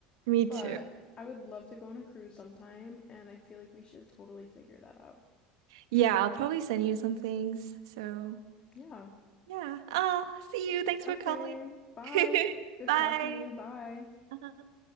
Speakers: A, on the right (about 80°); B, on the left (about 35°).
A: Me too.
B: But I would love to go on a cruise sometime, and I feel like we should totally figure that out.
A: Yeah, I'll probably send you some things. So
B: Yeah.
A: yeah. Oh, see you. Thanks
B: Okay.
A: for calling.
B: Bye.
A: <laughs>
B: Good
A: Bye.
B: talking to you. Bye.
A: Uh-huh.